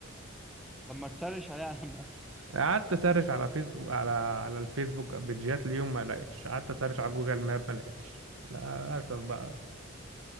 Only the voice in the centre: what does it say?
طب ما تسرش عليه على المابس